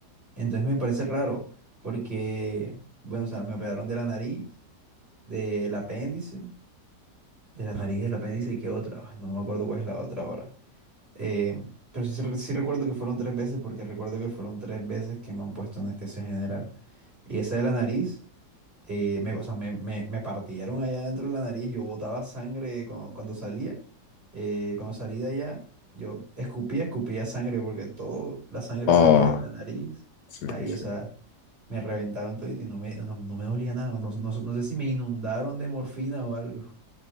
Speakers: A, on the right (about 35°); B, on the left (about 70°).
A: Entonces me parece raro porque, bueno, o sea, me operaron de la nariz, del apéndice, de la nariz, del apéndice y qué otra. Ay, no me acuerdo cuál es la otra ahora. Eh, pero sí, se- sí recuerdo que fueron tres veces porque recuerdo que fueron tres veces que me han puesto anestesia general. Y esa de la nariz, eh, me, o sea, me, me- me partieron allá dentro de la nariz, yo botaba sangre cuando, cuando salía. Eh, cuando salí de allá, yo escupía, escupía sangre porque toda la sangre
B: ah,
A: salía de la nariz.
B: sí,
A: Ahí,
B: sí, sí.
A: o sea, me reventaron todo y no me, no, no me dolía nada. No, no no sé si me inundaron de morfina o algo,